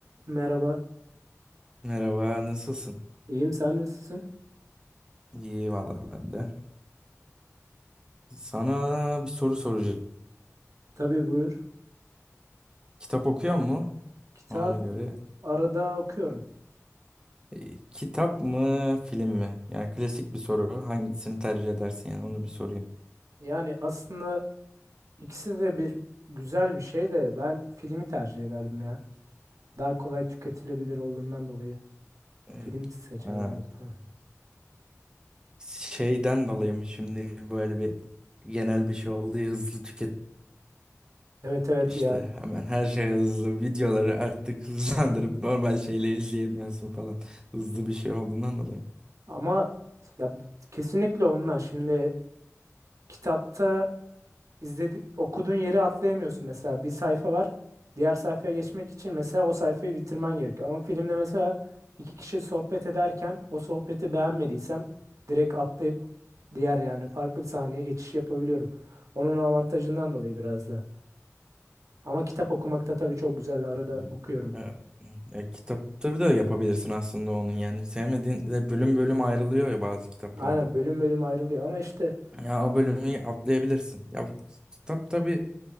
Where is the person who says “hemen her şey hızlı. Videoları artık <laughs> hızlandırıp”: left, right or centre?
Right